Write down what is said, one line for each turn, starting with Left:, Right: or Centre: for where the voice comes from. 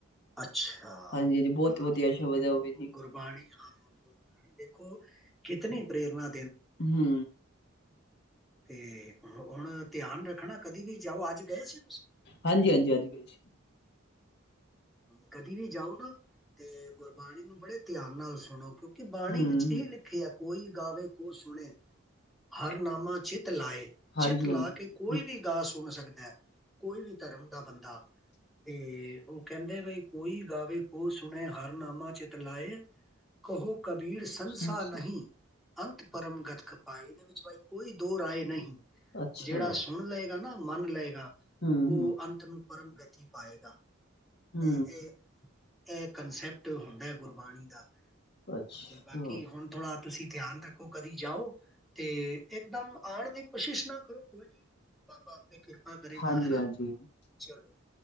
Centre: ਅੱਛਾ
Left: ਹਾਂਜੀ-ਹਾਂਜੀ ਬਹੁਤ
Centre: ਵੇਸੇ
Left: ਵਧੀਆ ਸ਼ਬਦ
Centre: ਵਖੋ
Left: ਹੈ ਉਹ ਵੀ ਜੀ,
Centre: ਗੁਰਬਾਣੀ ਹਾਂ। ਦੇਖੋ ਕਿਤਨੀ ਪ੍ਰੇਰਨਾ
Left: ਹੂੰ
Centre: ਤੇ ਹੁਣ ਧਿਆਨ ਰੱਖਣਾ ਕਦੀ ਵੀ ਜਾਓ ਅੱਜ ਗਏ ਸੀ ਤੁਸੀਂ
Left: ਹਾਂਜੀ-ਹਾਂਜੀ ਅੱਜ ਗਏ ਸੀ
Centre: ਕਦੀ ਵੀ ਜਾਓ ਨਾ ਤੇ ਗੁਰਬਾਣੀ ਨੂੰ ਬੜੇ ਧਿਆਨ ਨਾਲ ਸੁਣੋ ਕਿ ਬਾਣੀ
Left: ਹੂੰ-ਹੂੰ,
Centre: ਵਿੱਚ ਹੀ ਲਿਖਿਆ। ਕੋਈ ਗਾਵੇੈ ਕੋ ਸੁਣੇ ਹਰਨਾਮਾ ਚਿੱਤ ਤ ਲਾਏ
Left: ਹਾਂਜੀ-ਹਾਂਜੀ,
Centre: ਚਿੱਤ ਲਾ ਕੇ ਕੋਈ ਵੀ ਗਾਹ ਸੁਣ ਸਕਦਾ। ਕੋਈ ਵੀ ਧਰਮ ਦਾ ਬੰਦਾ ਤੇ ਉਹ ਕਹਿੰਦੇ ਬਈ ਕੋਈ ਗਾਵੇ ਕੋ ਸੁਣੇ ਹਰਨਾਮਾ ਚਿਤ ਲਾਏ। ਕਹੋ ਕਬੀਰ ਸੰਨਸਾ
Left: ਹੂੰ।
Centre: ਨਹੀਂ। ਅੰਤ ਪਰਮ ਗਤਕਪਾਏ ਇਹਦੇ ਵਿੱਚ ਕੋਈ ਦੋ ਰਾਏ ਨਹੀਂ।
Left: ਅੱਛਾ,
Centre: ਜਿਹੜਾ ਸੁਣ ਲਏਗਾ ਨਾ, ਮੰਨ ਲਏਗਾ।
Left: ਹੂੰ-ਹੂੰ,
Centre: ਉਹ ਅੰਤ ਨੂੰ ਪਰਮ ਗਤੀ ਪਾਏਗਾ।
Left: ਹੂੰ,
Centre: ਇਹ ਇਹ ਇਹ ਕੰਸੈਪਟ ਹੁੰਦਾ ਹੈ ਗੁਰਬਾਣੀ ਦਾ,
Left: ਅੱਛਾ,
Centre: ਤੇ ਬਾਕੀ ਹੁਣ ਥੋੜਾ ਤੁਸੀਂ ਧਿਆਨ ਰੱਖੋ, ਕਦੀ ਜਾਓ ਤੇ ਇਕਦਮ ਆਣ ਦੀ ਕੋਸ਼ਿਸ਼ ਨਾ ਕਰੋ ਕੋਈ ਨੀ ਬਾਬਾ ਕਿਰਪਾ ਕਰੇਗਾ
Left: ਹਾਂਜੀ-ਹਾਂਜੀ,
Centre: ਹਨਾ ਚਲੋ।